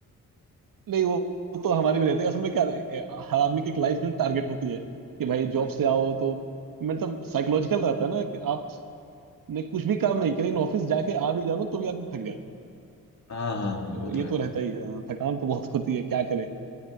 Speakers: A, on the right; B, on the left.
A: नहीं वो वो तो हमारे भी रहते हैं असल में क्या ए, हर आदमी की एक लाइफ में टारगेट होती है कि भाई
B: वही
A: जॉब से
B: तो।
A: आओ तो मतलब साइकोलॉजिकल रहता है ना कि आपने कुछ भी काम नहीं किया लेकिन ऑफिस जाके आ भी जानो तो भी आदमी थक जाता है
B: हाँ हाँ हाँ
A: तो
B: वो तो
A: ये
B: है
A: तो रहता ही है हाँ, थकान तो बहुत होती है क्या करे